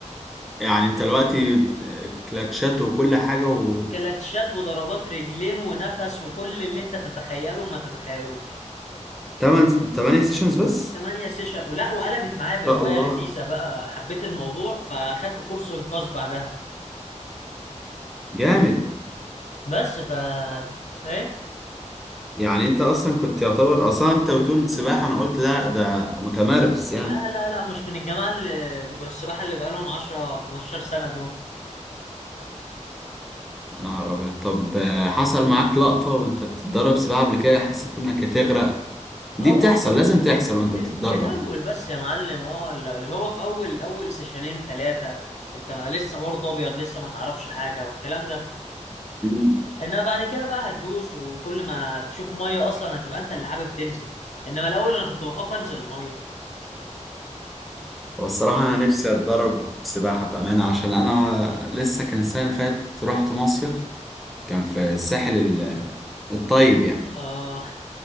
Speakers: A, in the centre; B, on the left.
A: يعني انت دلوقتي آه، كلاتشات وكل حاجة و
B: كلاتشات وضربات رجلين ونفس وكل اللي انت تتخيله ما تتخيلوش
A: 8 8 سيشنز بس
B: تمانية سيشن لا وقلبت معايا
A: ما
B: بهواية
A: شاء الله
B: لذيذة بقى حبيت الموضوع فاخدت كورس إنقاذ بعدها
A: جامد
B: بس ف ايه
A: يعني انت اصلا كنت يعتبر اصلا انت بتقول سباحة انا قلت ده ده متمرس يعني
B: لا لا لا مش من الجماعة اللي بتوع السباحة اللي بقالهم 10 15 سنة دول
A: يا نهار ابيض طب آه، حصل معاك لقطة وانت بتتدرب سباحة قبل كده حسيت انك هتغرق دي
B: هو
A: بتحصل
B: في ال...
A: لازم تحصل وانت
B: في,
A: بتتدرب
B: ال... في الأول
A: يعني
B: بس يا معلم اه اللي هو في أول أول سيشنين ثلاثة انت لسه برضه ابيض لسه ما تعرفش حاجة والكلام ده
A: مم.
B: انما بعد كده بقى هتدوس وكل ما تشوف ميه اصلا هتبقى انت اللي حابب تنزل انما الاول انا كنت بخاف انزل ميه
A: والصراحة انا نفسي اتدرب سباحة بأمانة عشان انا لسه كان السنة اللي فاتت رحت مصيف كان في الساحل ال- الطيب يعني
B: اه